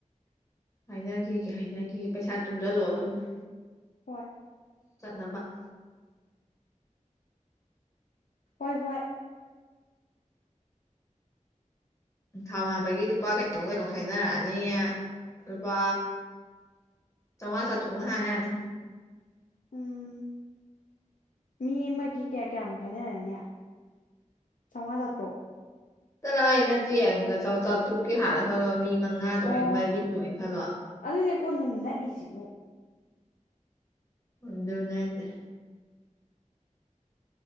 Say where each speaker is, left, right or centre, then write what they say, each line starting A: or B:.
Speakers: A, on the left (about 25°); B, on the left (about 90°).
A: ꯍꯥꯏꯅꯈꯤꯒꯦ ꯍꯥꯏꯅꯈꯤꯒꯦ ꯄꯩꯁꯥ ꯇꯨꯡꯖꯜꯂꯣ ꯑꯗꯨꯅ
B: ꯍꯣꯏ
A: ꯆꯠꯅꯕ
B: ꯍꯣꯏ ꯍꯣꯏ
A: ꯊꯥꯎ ꯍꯥꯟꯕꯒꯤ ꯂꯨꯄꯥ ꯀꯩꯅꯣ ꯀꯩꯅꯣ ꯈꯥꯏꯅꯔꯛꯑꯅꯤ ꯂꯨꯄꯥ ꯆꯥꯎꯉꯥ ꯆꯥꯇ꯭ꯔꯨꯛꯅ ꯍꯥꯟ ꯌꯥꯅꯤ
B: ꯎꯝ ꯃꯤ ꯑꯃꯒꯤ ꯀꯌꯥ ꯀꯌꯥꯃꯨꯛ ꯈꯥꯏꯅꯔꯅꯤ ꯆꯥꯎꯉꯥ ꯆꯥꯇ꯭ꯔꯨꯛ
A: ꯆꯠꯂ ꯍꯥꯏ ꯅꯠꯇꯦ ꯆꯥꯇ꯭ꯔꯨꯛꯀꯤ ꯍꯜꯂ‌ꯦ ꯈꯜꯂꯣ ꯃꯤ ꯃꯉꯥ
B: ꯑꯣ
A: ꯇ‌‌ꯣꯡꯉ‌ꯦ ꯃꯔꯤ ꯇꯦꯡꯉ‌ꯦ ꯈꯜꯂꯣ
B: ꯑꯗꯨꯅꯦ ꯀꯣꯅꯨꯡ ꯅꯛꯏꯁꯤꯕꯨ
A: ꯎꯗꯨꯅꯤ ꯍꯥꯏꯁꯦ